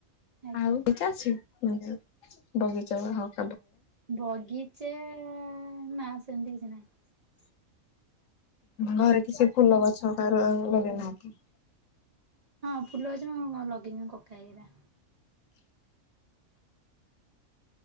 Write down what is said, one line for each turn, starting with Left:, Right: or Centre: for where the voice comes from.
Right: ଆଜ୍ଞା
Left: ଆଉ <unintelligible> ବଗିଚା ବା ହ।
Right: ବଗିଚା ନା ସେମିତି କିଛି ନାହିଁ।
Left: ଘରେ କିଛି ଫୁଲ ଗଛ ରୁଆ ଲଗେଇନାହାନ୍ତି।
Right: ହଁ ଫୁଲ ଗଛ ହ ଲଗେଇଛନ୍ତି କକା ହେରା।